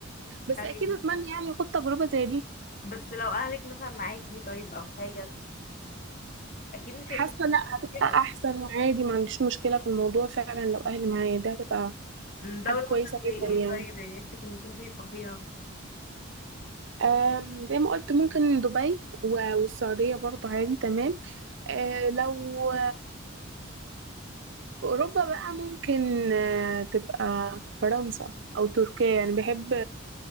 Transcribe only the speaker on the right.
بس
أكيد أتمنى يعني أخد تجربة زي دي
حاسة
لأ هتبقى
أحسن وعادي ما عنديش مشكلة في الموضوع فعلا لو أهلي معايا ده هتبقى
حاجة كويسة
جدا
يعني
آم، زي ما قلت ممكن دبي و- والسعودية برضه عادي تمام آه، لو في أوروبا بقى ممكن آه، تبقى فرنسا أو تركيا يعني بحب